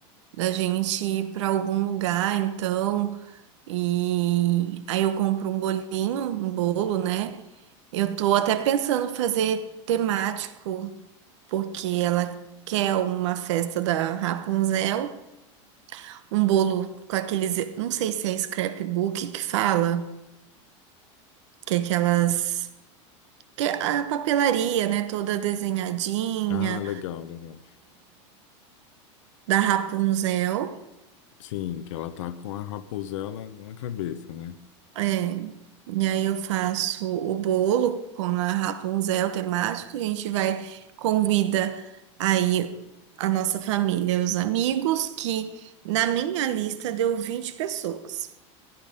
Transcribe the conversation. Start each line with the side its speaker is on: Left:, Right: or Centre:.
Right: da gente ir para algum lugar, então, e aí eu compro um bolinho, um bolo, né? Eu tô até pensando fazer temático, porque ela quer uma festa da Rapunzel, um bolo com aqueles, não sei se é scrapbook que fala, que é aquelas que é a papelaria, né, toda desenhadinha
Left: Ah, legal, legal.
Right: da Rapunzel.
Left: Sim, que ela tá com a Rapunzel na, na cabeça, né?
Right: É, e aí eu faço o bolo com a Rapunzel temática, a gente vai, convida aí a nossa família, os amigos, que na minha lista deu 20 pessoas.